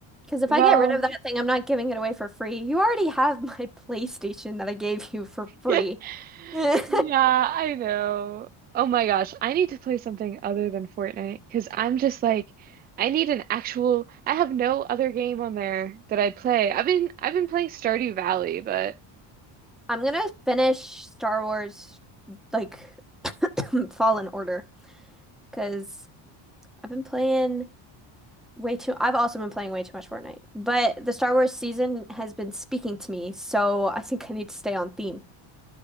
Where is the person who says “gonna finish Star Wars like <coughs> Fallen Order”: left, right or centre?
Centre